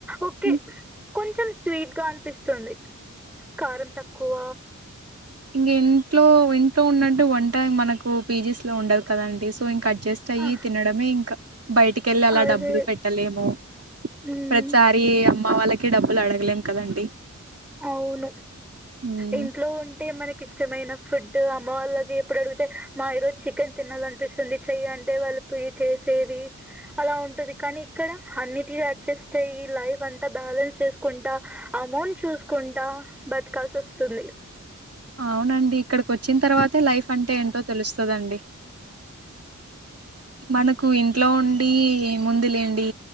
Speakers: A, in the centre; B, on the right (about 50°).
A: ఓకే
B: హ్మ్.
A: కొంచెం స్వీట్ గా అనపి పిస్తోంది. కారం తక్కువ
B: ఇంగా ఇంట్లో, ఇంట్లో ఉన్నంటు వంట మనకు పీజీస్ లో ఉండదు కదండి. సో ఇం కడ్జెస్ట్ అయి
A: ఆ,
B: తినడమే ఇంకా బయటి కెళ్ళి అలా
A: అదే
B: డబ్బులు పెట్టలేము.
A: మ్మ్,
B: ప్రతిసారి అమ్మ వాళ్ళక్ కి డబ్బులు అడగలేం కదండి.
A: అవును.
B: మ్మ్
A: ఇంట్లో ఉంటే మనక్ ఇష్టమైన ఫుడ్ అమ్మ వాళ్ళకి ఎప్పుడు అడిగితే. మా ఈరోజు చికెన్ తినాలనిపిస్తుంది చేయంటే వాళ్ళ పోయ్ చేసేది అలా ఉంటది. కానీ ఇక్కడ అన్నిటి అడ్జస్ట్ అయి లైఫ్ అంతా బా బ్యాలెన్స్ చేసుకుంటా, అమౌంట్ చూసుకుంటా, బతకాల్సి వసుంది.
B: అవునండి‌. ఇక్కడికి వచ్చిన తర్వాతే లైఫ్ అంటే ఏంటో తెలుస్తుందండి. మనకు ఇంట్లో ఉండి, ఏ ముంది లేండి.